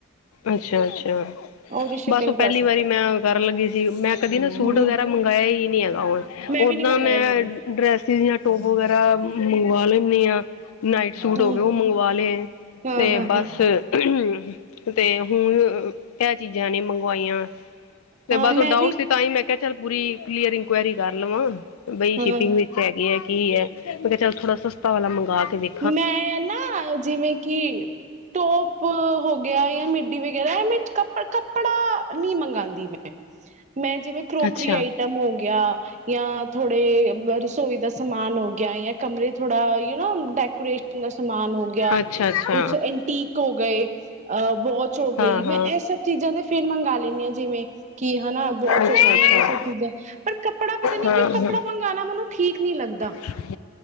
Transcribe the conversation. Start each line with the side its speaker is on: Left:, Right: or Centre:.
Left: ਅੱਛਾ -ਅੱਛਾ
Right: ਉਹਦੀ ਸ਼ਿਪਿੰਗ
Left: ਬਸ ਉ ਪਹਿਲੀ
Right: ਪਲੱਸ
Left: ਵਾਰੀ
Right: ਹੈ ਫਿਰ
Left: ਮੈਂ ਕਰਨ ਲੱਗੀ ਸੀ ਮੈਂ ਕਦੀ ਨਾ ਸੂਟ
Right: ਹਮ
Left: ਵਗੈਰਾ ਮੰਗਾਇਆ ਈ ਨੀ ਹੈਗਾ ਔਨ ਓਦਾਂ
Right: ਵੀ ਨੀ ਮੰਗਵਾਏ
Left: ਮੈਂ
Right: ਹੈਗੇ
Left: ਡਰੈਸੀਸ ਟੋਪ ਵਗੈਰਾ ਮੰਗਵਾ ਲੈਂਨੀ ਆ ਨਾਈਟ ਸੂਟ
Right: ਹਮ
Left: ਹੋ ਗਏ ਓ ਮੰਗਵਾ ਲੈ
Right: ਹਾਂ
Left: ਤੇ
Right: ਹਾਂ ਹਾਂ
Left: ਬਸ
Right: ਹਾਂ
Left: <inaudible> ਤੇ ਹੁਣ ਏ ਚੀਜ਼ਾਂ ਨੀ ਮੰਗਵਾਈਆਂ ਤੇ
Right: ਹਾਂ
Left: ਬਸ
Right: ਮੈਂ
Left: ਉ ਡਾਊਟ
Right: ਵੀ
Left: ਤਾਂ ਈ ਮੈਂ ਕਿਆ ਚੱਲ ਪੂਰੀ ਕਲੀਅਰ ਇਨਕੁਆਇਰੀ ਕਰ ਲਵਾਂ ਬਈ ਸ਼ਿਪਿੰਗ
Right: ਹਾਂ
Left: ਵਿੱਚ ਹੈਗੇ ਏ ਕੀ ਹੈ ਮੈਂ ਕਿਆ ਚੱਲ ਥੋੜਾ ਸਸਤਾ ਵਾਲਾ ਮੰਗਵਾ ਕੇ ਦੇਖ
Right: ਮੈਂ ਨਾ ਜਿਵੇਂ ਕਿ ਟੌਪ ਹੋ ਗਿਆ ਯਾ ਮਿੱਡੀ ਵਗੈਰਾ ਇਹ ਮੈਂ ਕੱਪ ਕੱਪੜਾ ਨਹੀ ਮਗਾਂਦੀ ਮੈਂ ਮੈਂ ਜਿਵੇਂ ਕਰੋਕਰੀ
Left: ਅੱਛਾ
Right: ਆਈ। ਖਤਮ ਹੋ ਗਿਆ ਯਾ ਥੋੜੇ ਰਸੋਈ ਦਾ ਸਮਾਨ ਹੋ ਗਿਆ ਯਾ ਕਮਰੇ ਥੋੜਾ ਯੌ ਨਾ ਡੈਕੋਰੇਟ ਦਾ ਸਮਾਨ ਹੋ ਗਿਆ
Left: ਅੱਛਾ ਅੱਛਾ
Right: ਕੁਛ ਅਈਂ ਠੀਕ ਹੋ ਗਏ ਅ ਵੋਚ ਹੋ
Left: ਹਾਂ
Right: ਗਈ ਮੈਂ
Left: ਹਾਂ
Right: ਇਹ ਸਭ ਚੀਜ਼ਾਂ ਤੇ ਫੇਰ ਮੰਗਵਾ ਲੈਂਦੀ ਆਂ ਜਿਵੇ ਕੀ ਹਨਾ ਵੋਚ
Left: ਅੱਛਾ
Right: ਹੋ ਗਈ
Left: ਅੱਛਾ
Right: ਐਵੇਂ ਸਭ ਚੀਜ਼ਾਂ ਪਰ ਕੱਪੜਾ ਪਤਾ ਨੀ
Left: ਹਾਂ
Right: ਕਿਉਂ ਕੱਪੜਾ
Left: ਹਾਂ
Right: ਮੰਗਾਣਾ ਮੈਨੂੰ ਠੀਕ ਨਹੀਂ ਲੱਗਦਾ।
Left: <inaudible>